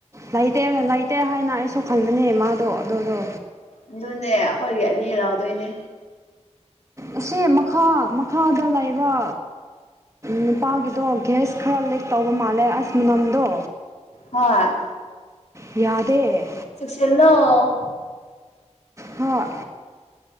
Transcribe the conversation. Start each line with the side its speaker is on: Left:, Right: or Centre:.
Right: ꯂꯩꯇꯦ ꯂꯩꯇꯦ ꯍꯥꯏꯅ ꯑꯩꯁꯨ ꯈꯟꯕꯅꯦ ꯃꯥꯗꯣ ꯑꯗꯨꯗꯣ
Left: ꯑꯗꯨꯅꯦ ꯑꯩꯈꯣꯏꯒꯤ ꯑꯅꯤ ꯂꯧꯥꯎꯗꯣꯏꯅꯦ
Right: ꯑꯁꯤ ꯃꯈꯥ ꯃꯈꯥꯗ ꯂꯩꯕ ꯅꯨꯄꯥꯒꯤꯗꯣ ꯒ꯭ꯦꯁ ꯈꯔ ꯂꯤꯛ ꯇꯧꯕ ꯃꯥꯜꯂꯦ ꯑꯁꯃꯤꯅꯝꯗꯣ
Left: ꯍ
Right: ꯌꯥꯗꯦ
Left: ꯁꯨꯁꯤꯜꯂꯣ
Right: ꯍꯣꯏ